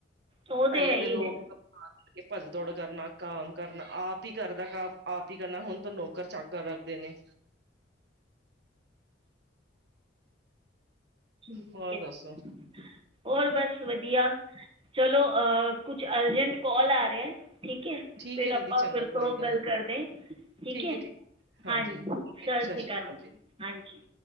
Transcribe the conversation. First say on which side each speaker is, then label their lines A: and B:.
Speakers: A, on the right (about 30°); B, on the right (about 65°).
A: ਉਹ ਤਾਂ
B: ਪਹਿਲੇ
A: ਹੈ
B: ਦੇ
A: ਹੀ
B: ਲੋਕ
A: ਹੈ
B: <unintelligible> ਕੇ ਭੱਜ ਦੌੜ ਕਰਨਾ ਕਾਮ ਕਰਨਾ ਆਪ ਈ ਕਰਦਾ ਆਪ ਈ ਕਰਨਾ ਹੁਣ ਤਾਂ ਨੌਕਰ ਚਾਕਰ ਰੱਖਦੇ ਨੇ।
A: ਓਰ
B: ਹੋਰ
A: ਬਸ
B: ਦੱਸੋ
A: ਹੋਰ ਬਸ ਵਧੀਆ। ਚਲੋ ਕੁੱਛ ਅਰਜੈਂਟ ਕਾਲ ਆ ਰਿਐ ਠੀਕ ਐ।
B: ਠੀਕ
A: ਫੇਰ
B: ਹੈ ਦੀਦੀ
A: ਆਪਾਂ
B: ਚੰਗਾ
A: ਫਿਰ ਤੋਂ
B: ਕੋਈ
A: ਗੱਲ
B: ਨਹੀਂ
A: ਕਰਦੇ ਠੀਕ ਐ।
B: ਹੈ ਹਾਂਜੀ
A: ਹਾਂ ਸਸ
B: ਓਕੇ ਜੀ ਸਤਿ
A: ਸ੍ਰੀ
B: ਸ਼੍ਰੀ
A: ਕਾਲ
B: ਅਕਾਲ
A: ਜੀ ਹਾਂਜੀ।